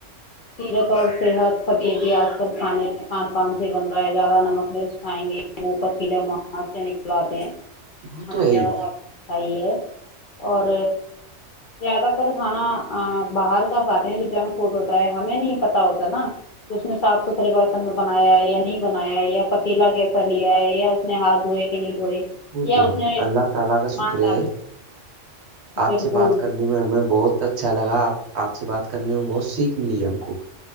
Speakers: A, on the left (about 60°); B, on the right (about 65°).
A: سیرت اور صحت فتیحب بھی آج کل کھانے کھان پان سے بن رہا ہے زیادہ نمک مرچ کھائیں گے مپت کلو ماں سے نکلاتے ہیں
B: وہ
A: ہمیں
B: تو ہے ہی
A: آپ دکھائی ہے اور زیادہ تر کھانا باہر کا کھاتے ہیں جو جنک فوڈ ہوتا ہے ہمیں نہیں پت ہوتا نا اس نے صاف ستھرے برتن میں بنایا ہے یا نہیں بنایا ہے یا پتیلا کیسا لیا ہے یا ہاتھوئے کہ نہیں دھوئے
B: وہ
A: یا
B: تو
A: اس نے سامان
B: اللہ تعالی کا شکر ہے
A: ڈال
B: آپ
A: بالکل
B: سے بات کرنا ہمیں بہت اچھا لگا آپ سے بات کرنے میں بہت سیکھ ملی ہم کو